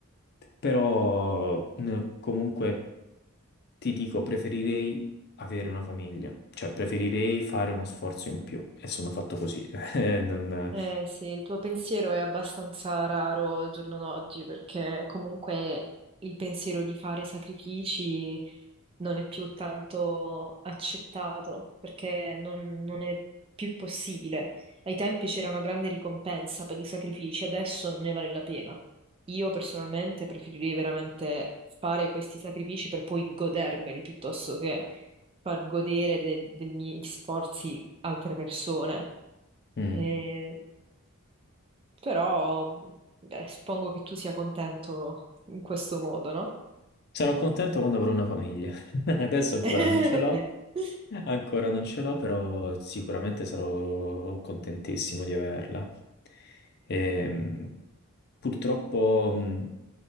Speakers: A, on the left; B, on the right.
A: Però n- comunque ti dico, preferirei avere una famiglia, cioè preferirei fare uno sforzo in più e sono fatto così. <laughs> Eh, non-
B: Eh sì, il tuo pensiero è abbastanza raro al giorno d'oggi perché comunque il pensiero di fare sacrifici non è più tanto accettato perché non, non è più possibile. Ai tempi c'era una grande ricompensa per i sacrifici, adesso non ne vale la pena. Io personalmente preferirei veramente fare questi sacrifici per poi godermeli piuttosto che far godere de- dei miei sforzi altre persone.
A: Mm.
B: Eh, però, beh, suppongo che tu sia contento in questo modo, no?
A: Sarò contento quando avrò una famiglia. <laughs> Adesso ancora
B: <laughs>
A: non ce l'ho, ancora non ce l'ho, però sicuramente sarò contentissimo di averla. Ehm, purtroppo mh,